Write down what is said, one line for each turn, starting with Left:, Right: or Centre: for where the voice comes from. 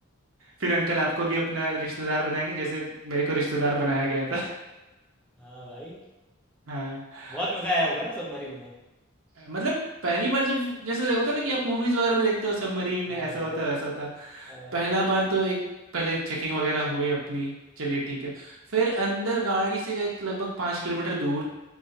Right: फिर अंकल आपको भी अपना रिश्तेदार बनाएंगे जैसे मेरे को रिश्तेदार बनाया गया था
Centre: हाँ भाई
Right: हाँ
Centre: बहुत मज़ा आया
Right: आ,
Centre: होगा ना सबमरीन में
Right: मतलब पहली बार जब जैसे होता है ना कि आप मूवीज वगैरह में देखते हो सबमरीन
Centre: हाँ
Right: ऐसा
Centre: यार
Right: होता है वैसा होता
Centre: हाँ,
Right: पहला बार तो एक पहले चेकिंग वगैरह हुई अपनी चलिए ठीक है फिर अंदर गाड़ी से गए लगभग पाँच किलोमीटर दूर